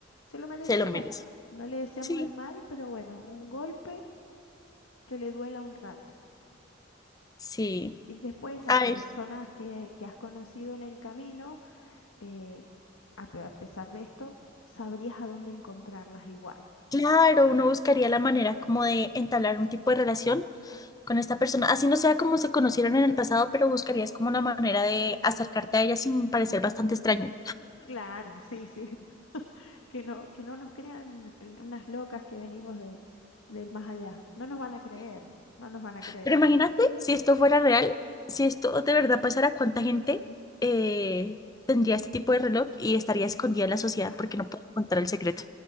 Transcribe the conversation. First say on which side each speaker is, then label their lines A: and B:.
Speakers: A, on the left; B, on the left.
A: se lo merecía.
B: Se lo merece.
A: No le deseamos
B: Sí,
A: el mal, pero bueno, un golpe que le duela un rato.
B: sí.
A: Y después las
B: Ay,
A: personas que, que has conocido en el camino, eh, a pe- a pesar de esto, sabrías a dónde encontrarlas igual.
B: claro, uno buscaría la manera como de entablar un tipo de relación con esta persona. Así no sea como se conocieron en el pasado, pero buscarías como una manera de acercarte a ella sin parecer bastante extraño.
A: Claro, sí, sí. que no, que no nos crean el- unas locas que venimos de, del más allá. No nos van a creer, no nos van a creer.
B: Pero imagínate si esto fuera real, si esto de verdad pasara, ¿cuánta gente eh, tendría este tipo de reloj y estaría escondida en la sociedad
A: Ah,
B: porque no puede contar el secreto?